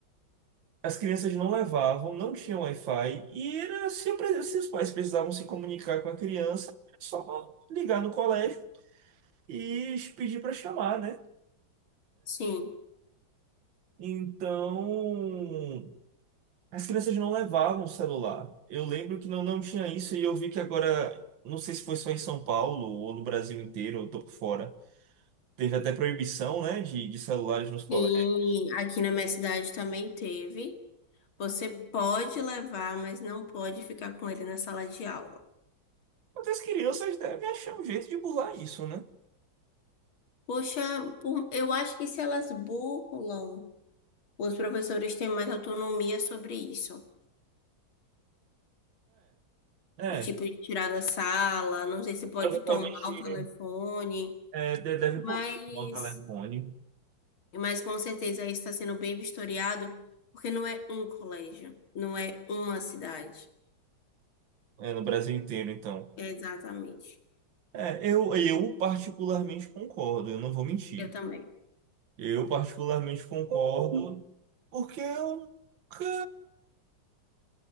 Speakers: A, on the right; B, on the left.
A: As crianças não levavam, não tinha Wi-Fi, e era, se, eu pre- se os pais precisavam se comunicar com a criança, era só ligar no colégio e pedir para chamar, né?
B: Sim.
A: Então, as crianças não levavam o celular. Eu lembro que não, não tinha isso, e eu vi que agora, não sei se foi só em São Paulo ou no Brasil inteiro, eu tô por fora. Teve até proibição, né, de, de celulares nos colégios.
B: Sim, aqui na minha cidade também teve. Você pode levar, mas não pode ficar com ele na sala de aula.
A: Mas as crianças devem achar um jeito de burlar isso, né?
B: Poxa, por- eu acho que se elas burlam, os professores têm mais autonomia sobre isso.
A: É, é.
B: De tipo, de tirar da sala, não sei se pode
A: Provavelmente.
B: tomar o telefone,
A: É, de- deve
B: mas,
A: poder uma Caledônia
B: mas com certeza isso está sendo bem vistoriado, porque não é um colégio, não é uma cidade.
A: é, no Brasil inteiro, então.
B: Exatamente.
A: É, eu, eu particularmente concordo, eu não vou mentir.
B: Eu também.
A: Eu particularmente concordo porque eu nunca,